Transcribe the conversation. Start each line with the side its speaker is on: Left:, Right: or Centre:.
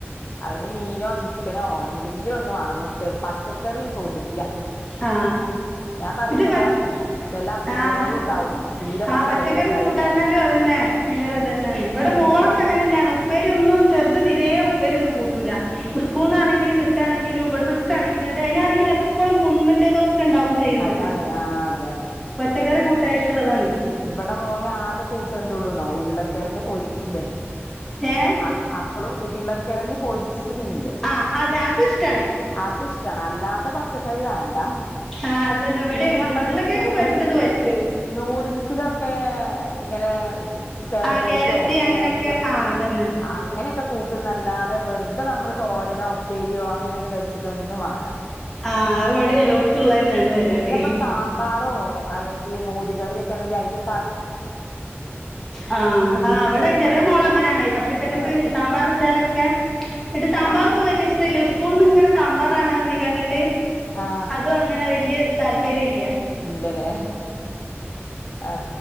Left: അവന് മീനോ ചിക്കനോ എ എന്തെങ്കിലും ഒന്നും വേണം മുട്ട പച്ചക്കറി തൊടില്ല
Centre: ആ
Left: ഞാൻ പറയും
Centre: ഇത്
Left: വല്ല
Centre: പച്ച
Left: അസുഖ വല്ല അസുഖങ്ങളും
Centre: ആ അതന്നെ
Left: ഉണ്ടാവും തീരെ
Centre: ആ പച്ചക്കറി
Left: കഴിക്കാതിരുന്ന
Centre: കൂട്ടാൻ അതന്നെ ഭയങ്കര
Left: ആഹ്
Centre: ഇത് തന്നെയാണ് ഇവിടെ മോളൊക്കെ
Left: എന്തെങ്കിലും
Centre: അങ്ങന തന്നെയാണ് ഉപ്പേരി ഒന്നും ചെറുത് തിരെേ ഉപ്പേരൊന്നും കൂട്ടൂല
Left: ആഹ്
Centre: സ്കൂളിലാണെങ്കിലും കിട്ടാണെങ്കിലും ഇവിടന്നൊക്കെ എങ്കിലും അതിനാണെങ്കിലും എപ്പളും പുണ്ണിന്റെതൊക്കെ ഉണ്ടാവും ചെയ്യുന്നിട്ട്
Left: അതാണ് ആഹ് അതെ അതെ
Centre: പച്ചക്കറി കൂട്ടായിട്ടുള്ളതാണ്
Left: ഇവിടെ മോന് ആകെ കൂട്ട് എന്തോള്ളൂന്നോ ഉരുളക്കിഴങ്ങ് പൊരിക്കില്ലേ
Centre: ഏ
Left: അ അപ്പളും ഉരുളക്കിഴഞ്ഞ് പോരി <unintelligible>
Centre: ആ അതെ അത് ഇഷ്ടാണ്
Left: അത് ഇഷ്ടമാണ് അല്ലാത്ത പച്ചക്കറി വേണ്ട
Centre: ആ അതന്നെ ഇവിടിം
Left: പിന്നെ
Centre: അങ്ങന
Left: നമ്മള്
Centre: തന്നെ ഉരുളകിയങ്ങ്
Left: നൂഡില്
Centre: പൊരി ച്ചത് പറ്റും
Left: നൂഡിൽസിലൊക്കെ ഇങ്ങനെ കാബേജോ
Centre: ആ ക്യാരറ്റ് അങ്ങനെയൊക്കെ
Left: ക്യാരറ്റൊക്കെ
Centre: ആ അതന്നെ
Left: അങ്ങനെയൊക്കെ കൂട്ടുന്നല്ലാതെ വെറുതെ നമ്മള് തോരനോ ഉപ്പേരിയോ അങ്ങനെയ ഒന്ന് വെ ച്ചിട്ട് ഒന്നും വാണ്ട
Centre: ആ അത് ഇവിടെ എല്ലായിടത്തും ഉള്ളത് തന്നെയാണ് പരിപാടി
Left: പിന്നെപ്പൊ സാമ്പാറോ അല്ലെങ്കിൽ മോരി <unintelligible> അയിന്റെ
Centre: ആ ആ് ഇവിടെ ചെറിയ മോള അങ്ങനെയാണെ പച്ചക്കറി്ട്ട്
Left: ആ
Centre: സാമ്പാർ വച്ചാലൊക്കെ ഇട്ട് സാമ്പാർ
Left: കഷ്ണം
Centre: ഇപ്പ വലിയ ഇഷ്ടല്ല സ്കൂൾനിങ്ങനെ സാമ്പാറാണ് പറഞ് കണ്ടിട്ട്
Left: ആ
Centre: അതും അങ്ങനെ വല്യ താല്പര്യം ഇല്ല്യ
Left: ഇല്ലലേ ആ